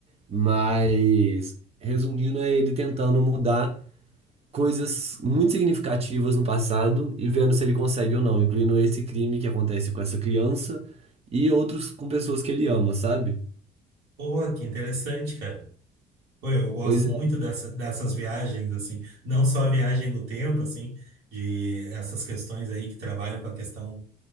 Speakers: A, on the right; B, on the right.
A: mas resumindo é ele tentando mudar coisas muito significativas no passado e vendo se ele consegue ou não, incluindo esse crime que acontece com essa criança e outros com pessoas que ele ama, sabe?
B: Pô, que interessante, cara. Pô, eu gosto
A: Pois é.
B: muito dessa, dessas viagens, assim, não só a viagem do tempo, assim, de essas questões aí que trabalham com a questão